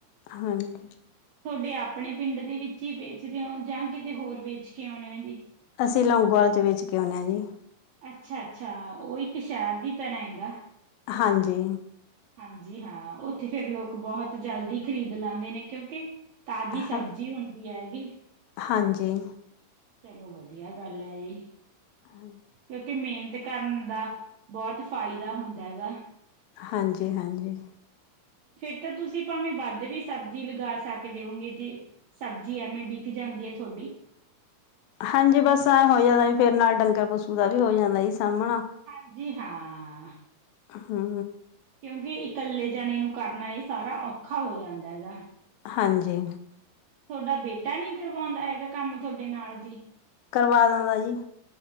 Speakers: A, on the left; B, on the right.
A: ਹਾਂਜੀ
B: ਥੋਡੇ ਆਪਣੇ ਪਿੰਡ ਦੇ ਵਿੱਚ ਹੀ ਵੇਚਦੇ ਹੋ, ਜਾਂ ਕਿਤੇ ਹੋਰ ਵੇਚ ਕੇ ਆਉਨੇ ਓ ਜੀ।
A: ਅਸੀਂ ਲੌਂਗੋ ਵਾਲ 'ਚ ਵੇਚ ਕੇ ਆਉਨੇ ਆਂ ਜੀ।
B: ਅੱਛਾ ਅੱਛਾ, ਉਹ ਇੱਕ ਸ਼ਹਿਰ ਦੀ ਤਰ੍ਹਾਂ ਐਗਾ।
A: ਹਾਂਜੀ।
B: ਹਾਂਜੀ ਹਾਂ, ਉੱਥੇ ਫੇਰ ਲੋਕ ਬਹੁਤ ਜਲਦੀ ਖ਼ਰੀਦ ਲੈਂਦੇ ਨੇ, ਕਿਉਂਕਿ ਤਾਜ਼ੀ
A: ਹਾਂ
B: ਸਬਜ਼ੀ ਹੁੰਦੀ ਹੈਂਗੀ
A: ਹਾਂਜੀ।
B: ਚਲੋ ਵਧੀਆ ਗੱਲ ਏ ਐ।
A: ਹਨ
B: ਕਿਉਂਕਿ ਮੇਹਨਤ ਕਰਨ ਦਾ ਬੌਹਤ ਫਾਇਦਾ ਹੁੰਦਾ ਹੈਗਾ।
A: ਹਾਂਜੀ-ਹਾਂਜੀ।
B: ਫੇਰ ਤਾਂ ਤੁਸੀਂ ਭਾਵੇਂ ਵੱਧ ਵੀ ਸਬਜ਼ੀ ਲਗਾ ਸਕਦੇ ਹੋਂਗੇ, ਜੇ ਸਬਜ਼ੀ ਐਵੇਂ ਬਿਕ ਜਾਂਦੀ ਹੈ ਥੋਡੀ?
A: ਹਾਂਜੀ, ਬਸ ਐਂ ਹੋ ਜਾਂਦਾ ਜੀ, ਫੇਰ ਨਾਲ ਡੰਗਰ ਪਸੂ ਦਾ ਵੀ ਹੋ ਜਾਂਦਾ ਸੀ ਸਾਂਭਣਾ।
B: ਹਾਂਜੀ ਹਾਂ।
A: ਹੂੰ।
B: ਕਿਉਂਕਿ ਇਕੱਲੇ ਜਾਣੇ ਨੂੰ ਕਰਨਾ, ਇਹ ਸਾਰਾ ਔਖਾ ਹੋ ਜਾਂਦਾ ਹੈਗਾ।
A: ਹਾਂਜੀ।
B: ਥੋਡਾ ਬੇਟਾ ਨੀ ਕਰਵਾਉਂਦਾ ਹੈਗਾ, ਕੰਮ ਥੋਡੇ ਨਾਲ ਜੀ?
A: ਕਰਵਾ ਦਿੰਦਾ ਜੀ।